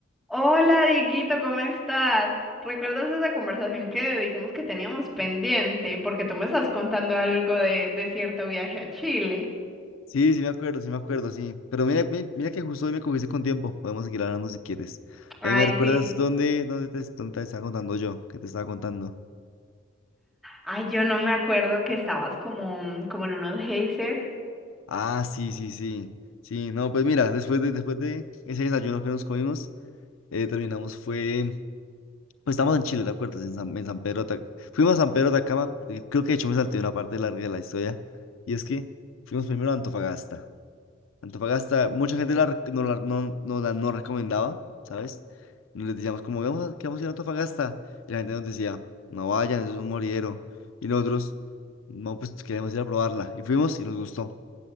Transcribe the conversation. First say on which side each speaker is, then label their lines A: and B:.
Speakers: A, in the centre; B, on the left.
A: Hola, Dieguito, ¿cómo estás? ¿Recuerdas esa conversación que dijimos que teníamos pendiente? Porque tú me estás contando algo de, de cierto viaje a Chile.
B: Sí, sí me acuerdo, sí me acuerdo, sí. Pero mira, mi- mira que justo hoy me cogiste con tiempo. Podemos seguir hablando si quieres.
A: Ay,
B: Eh, ¿me recuerdas
A: sí.
B: dónde, dónde te, dónde te estaba contando yo? ¿Qué te estaba contando?
A: Ay, yo no me acuerdo que estabas como, mm, como en unos geysers.
B: Ah, sí, sí, sí. Sí, no, pues mira, después de, después de ese desayuno que nos comimos, eh, terminamos, fue, pues estamos en Chile, ¿te acuerdas? En San, en San Pedro, de Atac- fuimos a San Pedro de Atacama, eh, creo que de hecho me salté una parte larga de la historia, y es que fuimos primero a Antofagasta. Antofagasta, mucha gente la, rec- no, la, no, no la no recomendaba, ¿sabes? Nos les decíamos como, vamos a, que vamos a ir a Antofagasta. Y la gente nos decía, no vayan, eso es un moridero. Y nosotros, no, pues queremos ir a probarla. Y fuimos y nos gustó.